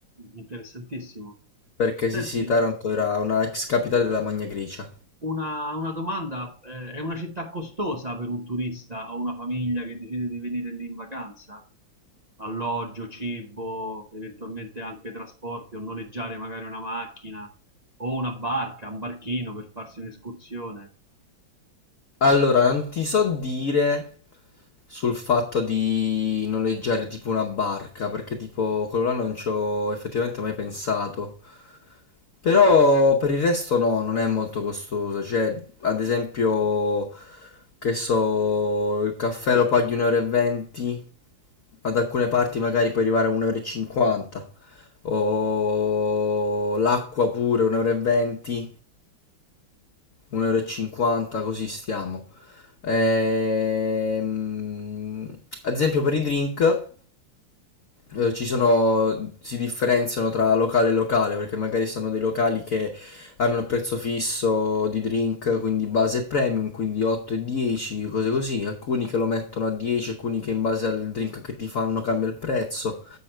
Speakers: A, on the right; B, on the left.
A: Interessantissimo.
B: perché
A: Senti,
B: sì sì, Taranto era una ex capitale della Magna Grecia.
A: una, una domanda, eh, è una città costosa per un turista o una famiglia che decide di venire lì in vacanza? Alloggio, cibo, eventualmente anche trasporti o noleggiare magari una macchina o una barca, un barchino per farsi un'escursione.
B: Allora, non ti so dire sul fatto di noleggiare tipo una barca, perché tipo quello là non ci ho effettivamente mai pensato. Però per il resto no, non è molto costoso. Cioè, ad esempio, che so, il caffè lo paghi 1,20 euro, e venti, ad alcune parti magari puoi arrivare a 1,50 euro. e cinquanta, O l'acqua pure 1,20 euro, 1,50 euro, e cinquanta, così stiamo. Ehm, ad esempio per i drink eh, ci sono, si differenziano tra locale e locale perché magari sono dei locali che hanno un prezzo fisso di drink, quindi base e premium, quindi 8 e 10, cose così. Alcuni che lo mettono a 10, alcuni che in base al drink che ti fanno cambia il prezzo.